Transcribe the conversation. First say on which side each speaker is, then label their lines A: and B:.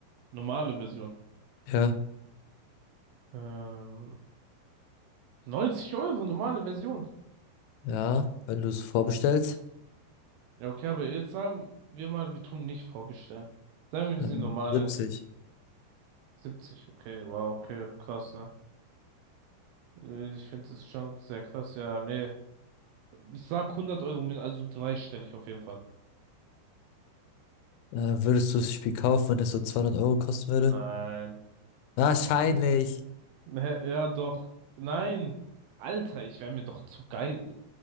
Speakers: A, on the right; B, on the left.
A: normale Version.
B: Ja.
A: Ähm, 90 Euro, normale Version.
B: Ja, wenn du es vorbestellst,
A: Ja, okay, aber jetzt sagen wir mal, wir tun nicht vorbestellen. Sagen wir, wir
B: ähm,
A: sind normale
B: 70.
A: 70. Okay, wow, okay, krass, ne? Äh, Ich finde das schon sehr krass. Ja, nee. Ich sag 100 Euro, mit also dreistellig auf jeden Fall.
B: Äh, würdest du das Spiel kaufen, wenn es so 200 Euro kosten würde?
A: Nein. <laughs>
B: Wahrscheinlich.
A: Ne, ja, doch. Nein. Alter, ich wäre mir doch zu geil.